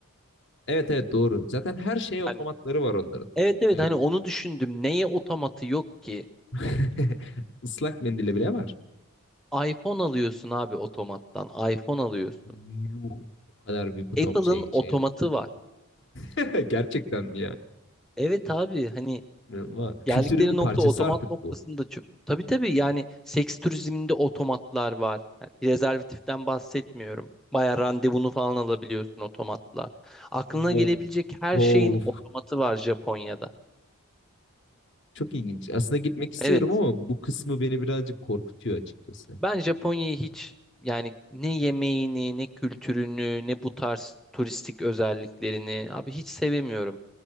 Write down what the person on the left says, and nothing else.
Evet evet doğru. Zaten her şeye otomatları
var onların.
Yani
<laughs> ıslak mendili bile var.
Yuh. O kadar büyük otom
şey
şey.
<laughs> Gerçekten mi ya?
İnanılmaz.
Kültürün bir
parçası
artık
bu.
Wow.
Wow.
Çok ilginç. Aslında gitmek istiyorum
ama bu kısmı beni birazcık korkutuyor açıkçası.